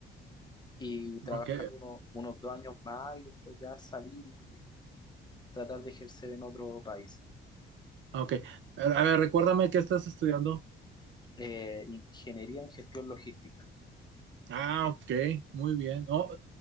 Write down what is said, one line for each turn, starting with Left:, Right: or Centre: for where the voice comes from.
Left: y trabajar
Right: Ok,
Left: uno- unos dos años más y después ya salir y tratar de ejercer en otro país.
Right: ok. A a ver, recuérdame qué estás estudiando.
Left: Eh, ingeniería en gestión logística.
Right: Ah, ok, muy bien. No,